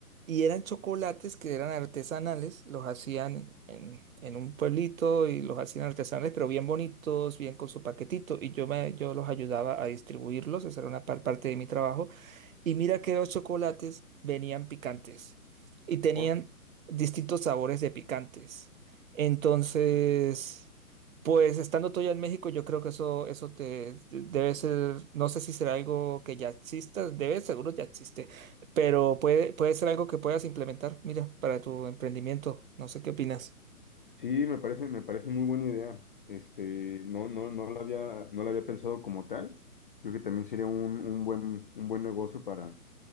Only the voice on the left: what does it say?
Ahora,
Sí, me parece, me parece muy buena idea. Este, no, no, no lo había, no lo había pensado como tal. Creo que también sería un, un buen, un buen negocio para